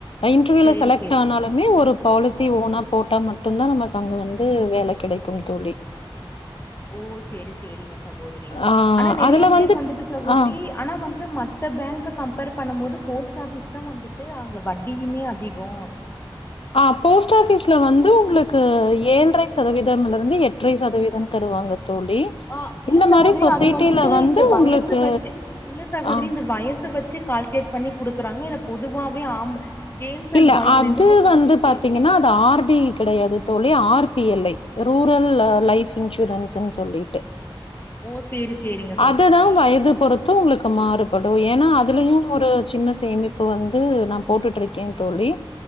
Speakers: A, on the left; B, on the left.
A: இன்டர்வியூல
B: சேரி
A: செலக்ட்
B: சேரி
A: ஆனாலும்மே ஒரு பாலிசி ஓனா போட்டா மட்டும்தான் நமக்கு அங்க வந்து வேல கெடைக்கும் தோழி
B: ஓ சேரி சேரிங்க சகோதரி
A: ஆஹ்
B: ஆனா நெறைய
A: அதுல
B: பேர்
A: வந்து
B: வந்துட்டு சகோதரி
A: ஆஹ்
B: ஆனா வந்து மற்ற பேங்க்க கம்பேர் பண்ணும்போது போஸ்ட் ஆஃபிஸ் தான் வந்துட்டு அங்க வட்டியுமே அதி போண்
A: ஆ போஸ்ட் ஆபிஸ்ல வந்து உங்களுக் கு ஏழ்ரை சதவீதம்ல இருந்து எட்ரை சதவீதம் தருவாங்க தோழி
B: ஆ இல்ல
A: இந்த
B: சகோதரி
A: மாதிரி சொசைட்டில
B: அது வந்துட்டு
A: வந்து
B: இந்த வயசு
A: உங்களுக்கு
B: வச்சி இல்ல சகோதரி
A: ஆஹ்
B: இந்த வயஸ் வச்சி கால்குலேட் பண்ணி குடுக்குறாங்க இல்ல பொதுவாவே ஆம் கேர்ள்ஸ் அண்ட்
A: இல்ல
B: பாய்ஸ்
A: அது
B: ரெண்டு பேத்துக்குமே
A: வந்து
B: சேத்து
A: பாத்தீங்கன்னா அது ஆர்டி கெடையாது தோழி R P L I rural life இன்சூரன்ஸ்ன்னு சொல்லிட்டு
B: ஓ சேரி சேரிங்க சகோதரி
A: அதுதான் வயது பொறுத் து உங்களுக்கு மாறுபடும் ஏன்னா அதுலயும் ஒரு ஜின்ன சேமிப்பு வந்து நம் போட்டுட்டுருக்கேன் தோழி